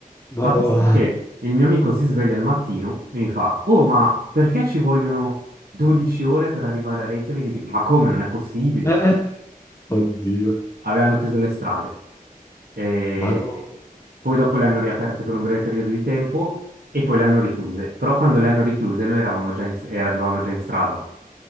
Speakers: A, on the left (about 20°); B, on the right (about 85°).
A: Madonna.
B: Fatto sta che il mio amico si sveglia al mattino e mi fa, oh, ma perché ci vogliono 12 ore per arrivare a Reykjavik? Dico, ma come, non è possibile
A: Eh, oddio.
B: avevano chiuso le strade. E
A: Madonna.
B: poi dopo le hanno riaperte per un breve periodo di tempo e poi le hanno richiuse. Però quando le hanno richiuse noi eravamo già in, eravamo già in strada.